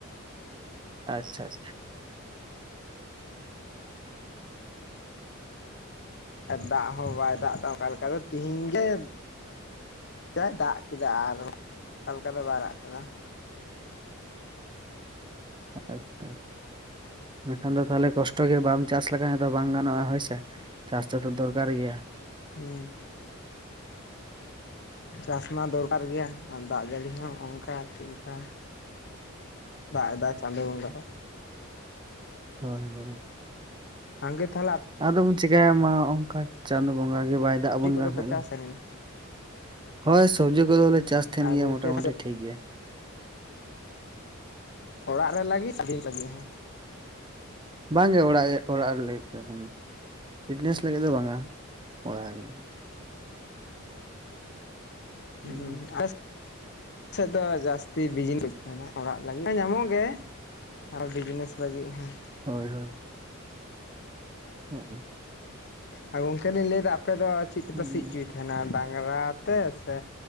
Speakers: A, on the right (about 20°); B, on the left (about 55°).
A: ᱟᱪᱪᱷᱟ, ᱟᱪᱪᱷᱟ᱾
B: ᱫᱟᱜ ᱦᱚᱸ ᱵᱟᱭ ᱫᱟᱜ ᱮᱫᱟ ᱚᱱᱠᱟ ᱞᱮᱠᱟ ᱫᱚ ᱛᱮᱦᱤᱧ ᱜᱮ ᱡᱟᱭ ᱫᱟᱜ ᱠᱮᱫᱟ ᱟᱨ ᱚᱠᱟ ᱞᱮᱠᱟ ᱫᱚ ᱵᱟᱭ ᱨᱟᱜ ᱠᱟᱫᱟ᱾
A: ᱟᱪᱪᱷᱟ ᱢᱮᱱᱠᱷᱟᱱ ᱫᱚ ᱛᱟᱦᱚᱞᱮ ᱠᱚᱥᱴᱚ ᱜᱮ ᱵᱟᱢ ᱪᱟᱥ ᱞᱮᱠᱷᱟᱡ ᱫᱚ ᱵᱟᱝ ᱜᱟᱱᱚᱜᱼᱟ ᱦᱳᱭ ᱥᱮ᱾ ᱪᱟᱥ ᱫᱚ ᱫᱚᱨᱠᱟᱨ ᱜᱮᱭᱟ᱾
B: ᱩᱸ᱾ ᱪᱟᱥ ᱢᱟ ᱫᱚᱨᱠᱟᱨ ᱜᱮᱭᱟ ᱟ ᱫᱟᱜ ᱡᱟᱹᱲᱤ ᱦᱚᱸ ᱚᱱᱠᱟ ᱪᱮᱫ ᱞᱮᱠᱟ ᱫᱟᱜ ᱮᱫᱟ ᱪᱟᱸᱫᱳ ᱵᱚᱸᱜᱟ ᱦᱚᱸ᱾
A: ᱦᱳᱭ ᱵᱟᱝ᱾
B: ᱥᱟᱜᱮ ᱛᱟᱦᱞᱮ
A: ᱟᱫᱚ ᱵᱚᱱ ᱪᱤᱠᱟᱭᱟ ᱢᱟ ᱚᱱᱠᱟ ᱪᱟᱸᱫ ᱵᱚᱸᱜᱟ ᱜᱮ ᱵᱟᱭ ᱫᱟᱜ ᱟᱵᱚᱱ
B: ᱠᱚᱫᱚ
A: ᱠᱟᱱ ᱛᱟᱦᱮᱸ
B: ᱯᱮ ᱪᱟᱥᱮᱱ
A: ᱫᱚ᱾
B: ᱜᱮᱭᱟ
A: ᱦᱳᱭ ᱥᱚᱵᱡᱤ ᱠᱚᱫᱚᱞᱮ ᱪᱟᱥ ᱛᱟᱦᱮᱱ
B: ᱟᱨ
A: ᱜᱮᱭᱟ
B: ᱜᱚᱝᱠᱮ
A: ᱢᱚᱴᱟᱢᱩᱴᱤ ᱴᱷᱤᱠ ᱜᱮ᱾
B: ᱚᱲᱟᱜ ᱨᱮ ᱞᱟᱹᱜᱤᱫ <unintelligible> ᱦᱚ
A: ᱵᱟᱝ ᱜᱮ ᱚᱲᱟᱜ-ᱚᱲᱟᱜ ᱨᱮ ᱞᱟᱹᱜᱤᱫ ᱛᱮ ᱮᱠᱷ ᱯᱷᱤᱴᱱᱮᱥ ᱞᱟᱹᱜᱤᱫ ᱫᱚ ᱵᱟᱝᱟ ᱚᱲᱟᱜ ᱨᱮ ᱞᱟᱹᱜᱤᱫ᱾ ᱞᱟᱹᱜᱤᱫ
B: ᱩ-ᱩ ᱟᱨ ᱟ ᱥᱮᱫ ᱫᱚ ᱡᱟᱹᱥᱛᱤ ᱵᱤᱡᱱᱮᱥ ᱛᱟᱦᱮᱱᱟ ᱚᱲᱟᱜ ᱞᱟᱹᱜᱤᱫ ᱢᱟ ᱧᱟᱢᱚᱜ ᱜᱮ᱾ ᱟᱨ ᱵᱤᱡᱽᱱᱮᱥ ᱞᱟᱹᱜᱤᱫᱟᱹᱜᱤ ᱦᱮᱸ᱾
A: ᱦᱳᱭ, ᱦᱳᱭ᱾ ᱦᱚ
B: ᱟᱨ ᱜᱚᱝᱠᱮ ᱞᱤᱧ ᱞᱟᱹᱭᱮᱫᱟ ᱟᱯᱮ ᱫᱚ ᱪᱮᱫ ᱛᱮᱯᱮ
A: ᱦᱩᱸ
B: ᱥᱤ ᱚᱪᱚᱭᱮᱫᱟ? ᱛᱟᱦᱮᱱᱟ ᱰᱟᱝᱨᱟ ᱛᱮ ᱥᱮ